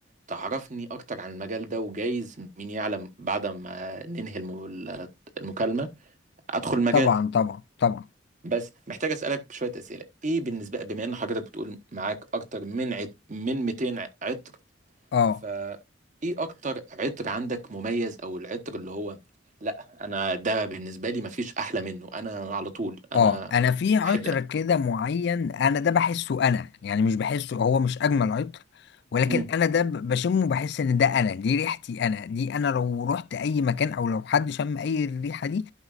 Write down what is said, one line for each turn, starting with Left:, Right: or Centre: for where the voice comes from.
Right: تعرفني اكتر عن المجال ده وجايز مين يعلم بعد ما ننهي الم- المكالمه ادخل المجال
Left: طبعا طبعا طبعا
Right: بس محتاج اسالك شويه اسئله ايه بالنسبه بما ان حضرتك بتقول معاك اكتر من عت... من 200 عطر
Left: اه
Right: فايه اكتر عطر عندك مميز او العطر اللي هو لا انا ده بالنسبه لي مفيش احلى منه انا على طول انا
Left: اه انا في عطر
Right: بحب ده
Left: كده معين انا ده بحسه انا يعني مش بحسه هو مش اجمل عطر ولكن
Right: امم
Left: انا ده ب- بشمه بحس ان ده انا دي ريحتي انا دي انا لو رحت اي مكان او لو حد شم اي الريحة دي